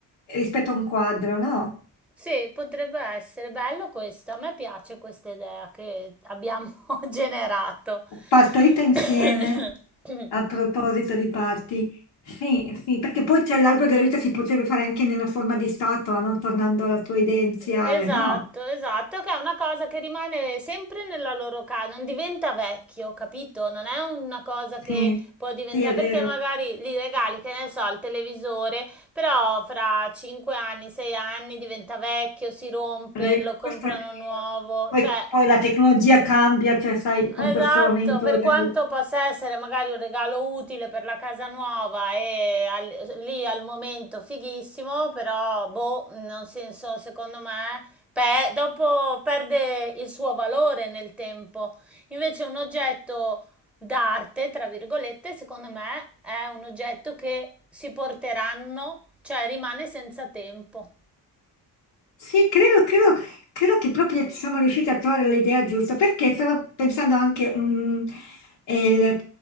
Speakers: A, on the left (about 80°); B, in the centre.
A: rispetto a un quadro, no?
B: Sì, potrebbe essere bello questo. A me piace questa idea che abbiamo <laughs> generato.
A: Partorita insieme,
B: <coughs>
A: a proposito di parti. Sì, sì, perché poi c'è l'albero della vita si potrebbe fare anche nella forma di statua, no? Tornando alla tua idea iniziale,
B: Esatto,
A: no?
B: esatto, che è una cosa che rimane sempre nella loro casa, non diventa vecchio, capito? Non è una cosa
A: Sì,
B: che può diventare,
A: sì, è vero,
B: perché magari gli regali, che ne so, il televisore, però fra 5 anni, 6 anni diventa vecchio, si rompe,
A: è vero,
B: lo comprano
A: questo è vero.
B: nuovo,
A: Poi,
B: cioè
A: poi la tecnologia cambia, cioè sai,
B: Esatto,
A: con questo avvento
B: per
A: del
B: quanto possa essere magari un regalo utile per la casa nuova e al- lì al momento fighissimo, però boh, non senso, secondo me, pe- dopo perde il suo valore nel tempo. Invece un oggetto d'arte, tra virgolette, secondo me è un oggetto che si porteranno, cioè rimane senza tempo.
A: Sì, credo, credo, credo che proprio siamo riusciti a trovare l'idea giusta, perché stavo pensando anche, un, eh, il-